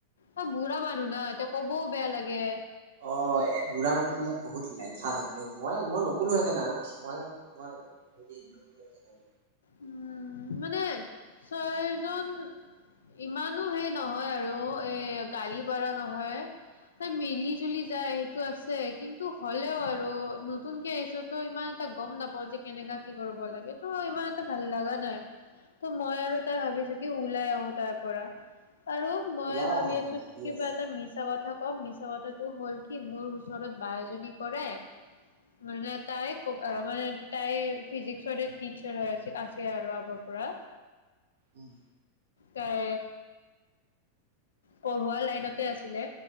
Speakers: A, on the left (about 65°); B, on the right (about 60°).
A: অ, বুঢ়া মানুহ ন এতিয়া কবও বেয়া লাগে।
B: অ এই বুঢ়া মানুহ বিলাক বহুত লেঠা থাকে দেই, মই মই নকলোঁ হেঁতেন আৰু মই। মই হেৰি নথাকো আৰু।
A: উম মানে ছয় জন ইমানো হেৰি নহয়। আৰু এ গাড়ী ভাড়া নহয়, মিলি জুলি যায় সেইটো আছে। দেই কিন্তু হ'লেও আৰু। নতুনকে আহিছো ত ইমান এটা গম নাপাওঁ। যে কেনেকা কি কৰিব লাগে ত' ইমান এটা। ভাল লগা নাই ত' মই আৰু তাই ভাবিছো কি ওলাই আহো তাৰ পৰা। আৰু মই
B: ওলাই
A: ভাবি
B: আহা আৰু
A: আছো কি কিবা
B: আছে
A: এটা মিছা কথা। থাকক মিছা মাতে তো হ'ল কি। কি মোৰ ওচৰত বাই এজনী। কৰে মানে। তাইক কবা মা
B: অ'।
A: মানে তাইক। ফিজিক্সৰ টিচাৰছ হয়। আছে আৰু আগৰ পৰা।
B: ওম।
A: তাই পঢ়োৱা লাইনতে আছিলে।